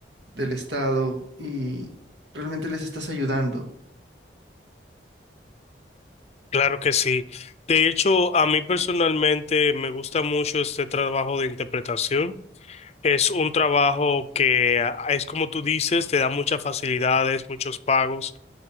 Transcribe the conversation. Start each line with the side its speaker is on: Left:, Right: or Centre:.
Right: del Estado y realmente les estás ayudando.
Left: Claro que sí. De hecho, a mí personalmente me gusta mucho este trabajo de interpretación. Es un trabajo que ah, es como tú dices, te da muchas facilidades, muchos pagos.